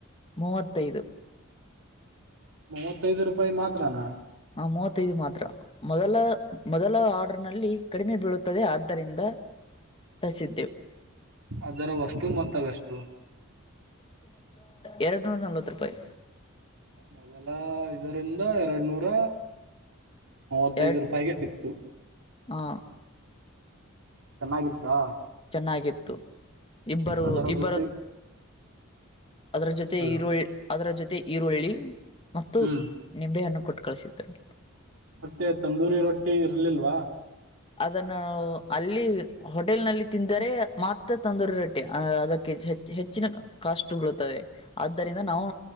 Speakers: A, on the left (about 25°); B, on the right (about 75°).
A: ಮೂವತ್ತೈದು
B: ಮೂವತ್ತೈದು ರೂಪಾಯಿ ಮಾತ್ರನಾ
A: ಹ ಮೂವತ್ತೈದು ಮಾತ್ರ ಮೊದಲ ಮೊದಲ ಆರ್ಡರ್ ನಲ್ಲಿ ಕಡಿಮೆ ಬೀಳುತ್ತದೆ ಆದ್ದರಿಂದ ತರಿಸಿದ್ದೇವು
B: ಅದರ ವಷ್ಟ್ಟುಮೊತ್ತವೆಷ್ಟು
A: ಎರಡು ನೂರ ನಲವತ್ತು ರೂಪಾಯಿ
B: ಮೊದಲ ಇದರಿಂದ ಎರಡ್ ನೂರ ಮೂವತ್ತೈದು
A: ಎರಡು
B: ರೂಪಾಯಿಗೆ ಸಿಕ್ತು
A: ಆ
B: ಚೆನ್ನಾಗಿತ್ತಾ
A: ಚೆನ್ನಾಗಿತ್ತು ಇಬ್ಬರು
B: ಅದರ
A: ಇಬ್ಬರು
B: ಜೊತೆ
A: ಅದರ ಜೊತೆ
B: ಹಲೋ
A: ಈರುಳ್ಳ ಅದರ ಜೊತೆ ಮತ್ತು ಈರುಳ್ಳಿ ಮತ್ತು
B: ಹ್ಮ್
A: ನಿಂಬೆಹಣ್ಣ ಕೊಟ್ಟು ಕಳಿಸಿದ್ದರು
B: ಮತ್ತೆ ತಂದೂರಿ ರೊಟ್ಟಿ ಇರ್ಲಿಲ್ವಾ
A: ಅದನ್ನು ಅಲ್ಲಿ ಹೋಟೆಲ್ ನಲ್ಲಿ ತಿಂದರೆ ಮಾತ್ರ ತಂದೂರಿ ರೊಟ್ಟಿ ಅ ಅದಕ್ಕೆ ಹೆಚ್ಚು ಹೆಚ್ಚು ಹೆಚ್ಚಿನ ಕಾಸ್ಟ್ ಬೀಳುತ್ತದೆ ಆದ್ದರಿಂದ ನಾವು